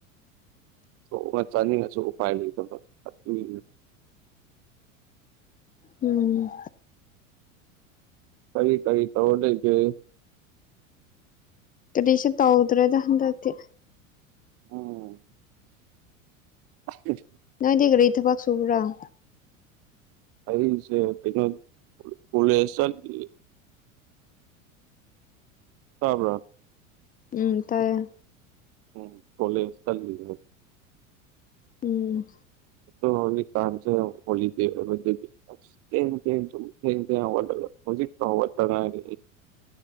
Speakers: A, on the right; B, on the left.
A: ꯊꯣꯛꯑꯒ ꯆꯥꯅꯤꯡꯉꯁꯨ ꯎꯄꯥꯏ ꯂꯩꯗꯕ ꯑꯗꯨꯏ
B: ꯎꯝ꯫
A: ꯀꯔꯤ ꯀꯔꯤ ꯇꯧꯔ ꯂꯩꯒ‌ꯦ
B: ꯀꯔꯤꯁꯨ ꯇꯧꯗ꯭ꯔꯦꯗ ꯍꯟꯗꯛꯇꯤ꯫
A: ꯑꯣ <unintelligible>
B: ꯅꯣꯏꯗꯤ ꯀꯔꯤ ꯊꯕꯛ ꯁꯨꯕ꯭ꯔ‌ꯣ
A: ꯑꯩꯁꯦ ꯀꯩꯅꯣ ꯀꯣꯂꯦꯁ ꯆꯠꯂꯤ ꯇꯥꯕꯔꫭ
B: ꯎꯝ ꯇꯥꯏꯌꯦ
A: ꯎꯝ ꯀꯣꯂꯦꯁ <unintelligible>
B: ꯎꯝ꯫
A: ꯑꯗꫭ ꯍꯧꯖꯤꯛ ꯀꯥꯥꯟꯁꯦ ꯍꯦꯂꯤꯗꯦ ꯑꫭꯏꯕ ꯑꯗꯨꯒꯤ ꯊꯦꯡ ꯊꯦꯡ ꯇꯨꯝꯃ‌ꯦ ꯊꯦꯡ ꯊꯦꯡ ꯍꯧꯒꯠꯂꯒꯥ ꯍꯧꯖꯤꯛꯇ ꯍꯧꯒꯠꯇ ꯉꯥꯏꯔꯤ